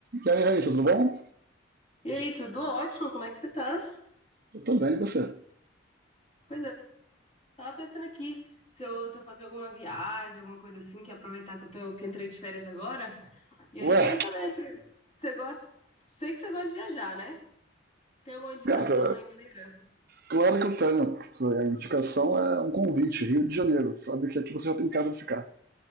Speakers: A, on the right; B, on the left.
A: E aí, Raíssa, tudo bom?
B: E aí, tudo ótimo? Como é que você tá?
A: Eu também, e você?
B: Pois é, tava pensando aqui se eu, se eu fazer alguma viagem, alguma coisa assim, que aproveitar que eu tô, que eu entrei de férias agora. E aí,
A: Ué,
B: queria saber se você gosta. Sei que você gosta de viajar, né? Tem alguma indicação
A: gata,
B: aí, maneira?
A: claro que eu tenho. A indicação é um convite, Rio de Janeiro. Sabe que aqui você já tem casa pra ficar.